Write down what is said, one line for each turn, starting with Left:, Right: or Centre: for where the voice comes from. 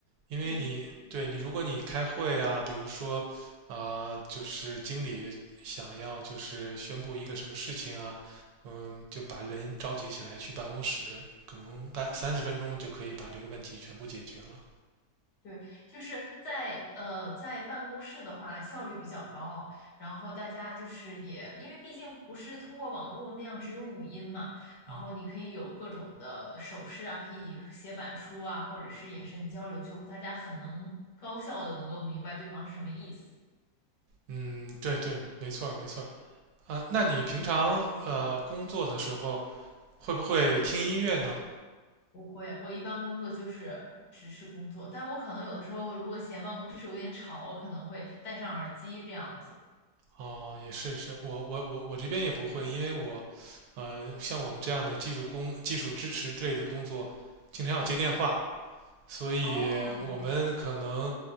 Right: 因为你对你，
Left: 确实。
Right: 如果你开会啊，比如说，啊、就是经理想要就是宣布一个什么事情啊，嗯，就把人召集起来去办公室，可能半三十分钟就可以把这个问题全部解决了。
Left: 对，就是在呃，在办公室的话，效率比较高，然后大家就是也，因为毕竟不是通过网络那样只有语音嘛，然后你可以有各种的手势啊，
Right: 嗯
Left: 可以写板书啊，或者是眼神交流，就大家很能高效的能够明白对方是什么意思。
Right: 嗯，对对，没错儿没错儿啊。那你平常呃工作的时候会不会听音乐呢？
Left: 不会，我一般工作就是只是工作，但是我可能有的时候如果嫌办公室有点吵，我可能会戴上耳机这样子。
Right: 哦，也是是，我我我我这边也不会，因为我，呃，像我们这样的技术工、技术支持之类的工作，经常要接电话，所以我们可能
Left: 哦，